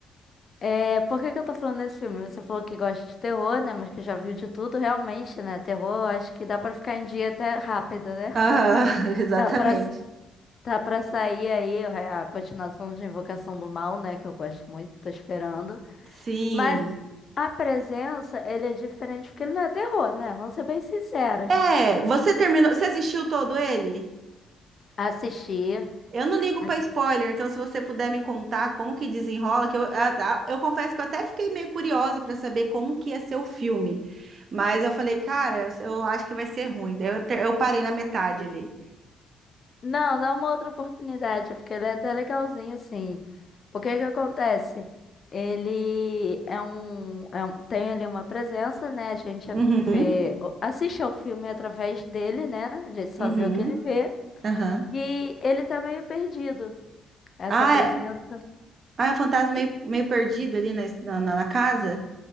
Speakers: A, on the left; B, on the right.
A: É, por que que eu tô falando desse filme? Você falou que gosta de terror, né? Mas que já viu de tudo, realmente, né? Terror, acho que dá pra ficar em dia até rápido, né?
B: Aham, <laughs> exatamente.
A: Dá pra, Tá pra sair aí a continuação de Invocação do Mal, né? Que eu gosto muito, tô esperando.
B: Sim.
A: Mas a presença, ele é diferente porque ele não é terror, né? Vamos ser bem sinceras.
B: É, você terminou, você assistiu todo ele?
A: Assistir.
B: Eu não ligo
A: assi-
B: pra spoiler, então se você puder me contar como que desenrola, que eu, a- a- eu confesso que eu até fiquei meio curiosa pra saber como que ia ser o filme, mas eu falei, cara, eu acho que vai ser ruim. Daí eu, te- eu parei na metade ali.
A: Não, dá uma outra oportunidade, porque ele é até legalzinho, assim. O que que acontece? Ele é um, é um- tem ali uma presença, né? A gente
B: Uhum,
A: vê, assiste ao filme através dele, né? A gente só
B: uhum,
A: vê o que ele vê.
B: aham.
A: E ele tá meio perdido. Essa
B: Ah,
A: presença.
B: é, ah, é um fantasma
A: E,
B: meio, meio perdido ali na, na, na- na casa?